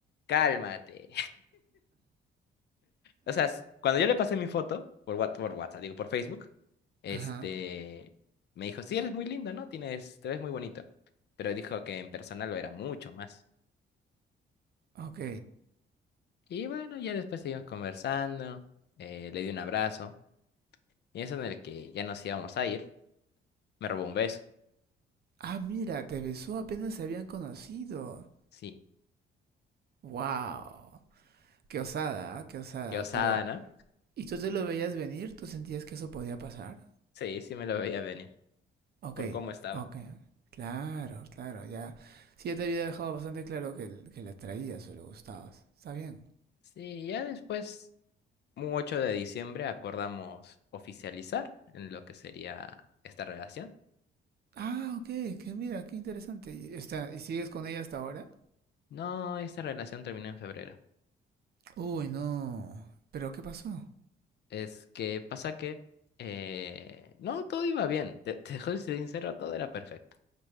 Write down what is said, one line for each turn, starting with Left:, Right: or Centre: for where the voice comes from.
Left: cálmate. O sea, s- cuando yo le pasé mi foto por, Whats- por WhatsApp, digo, por Facebook, este,
Right: Ajá.
Left: me dijo, sí, eres muy lindo, ¿no? Tienes, te ves muy bonito. Pero dijo que en persona lo era mucho más.
Right: Ok.
Left: Y bueno, ya después seguimos conversando, eh, le di un abrazo, y eso en el que ya nos íbamos a ir, me robó un beso.
Right: Ah, mira, te besó apenas se habían conocido.
Left: Sí,
Right: Wow. Qué osada, ¿ah? qué osada.
Left: qué osada,
Right: Pero,
Left: ¿no?
Right: ¿y tú te lo veías venir? ¿Tú sentías que eso podía pasar?
Left: Sí, sí me lo veía venir,
Right: Ok,
Left: por cómo estaba.
Right: ok. Claro, claro, ya. Sí, ya te había dejado bastante claro que, que la traías o le gustabas. Está bien.
Left: Sí, ya después, un 8 de diciembre, acordamos oficializar en lo que sería esta relación.
Right: Ah, ok, que mira, qué interesante. Y, está, ¿y sigues con ella hasta ahora?
Left: No, esta relación terminó en febrero.
Right: Uy, no. ¿Pero qué pasó?
Left: Es que pasa que... eh, no, todo iba bien. Te, te soy <laughs> sincero, todo era perfecto.